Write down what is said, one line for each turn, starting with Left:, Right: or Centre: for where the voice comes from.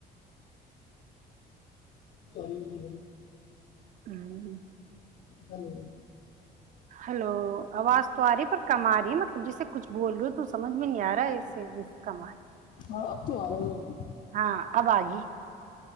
Left: توائی بھیی ہے
Right: ہوں ہ
Left: ہلو
Right: ہلو آواز تو آ رہی ہے پر کم آ رہی ہے مطلب جیسے کچھ بول رہے ہو تو سمجھ میں نہیں آ رہا ہے اسے جیسے کم رہی
Left: ہاں اب تو آ رہا ہے
Right: ہاں ابگ